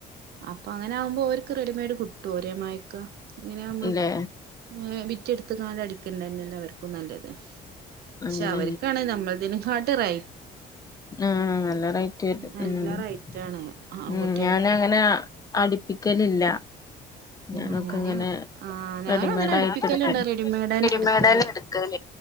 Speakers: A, on the right; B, on the left.
A: അപ്പൊ അങ്ങനെ ആകുമ്പോ ഒരുക്ക് റെഡിമെയഡ് കിട്ടും ഒരേ മയക്ക ഇങ്ങനെ നമ്മള്
B: ല്ലേ
A: ങ വിറ്റെടുത്ത് നാലരക്ക്ന്നന്നല്ല എല്ലാവർക്കും നല്ലത്.
B: അങ്ങനെ
A: ക്ഷെ അവർക്കാണെങ്ക നമ്മളതിനെ കാട്ടി റേ
B: ആ നല്ല റേറ്റ് വരും
A: നല്ല
B: മ്
A: റൈറ്റാണ് ആൺകുട്ടികൾക്ക്
B: മ് ഞാന
A: അടിക്കാൻ
B: അങ്ങന അടുപ്പിക്കലില്ല ഞാനൊക്കെ
A: ആഹ് ഞാന്
B: അങ്ങനെ
A: ആഹ് ഞാനും
B: റെഡിമേഡ്
A: അങ്ങനെ അടുപ്പിക്കലുണ്ട്
B: ആയിട്ട് എടുക്കൽ,
A: റെഡിമെയ്ഡ് തന്നെ
B: റെഡിമേഡ്നെ
A: എടുക്കല്
B: എടുക്കൽ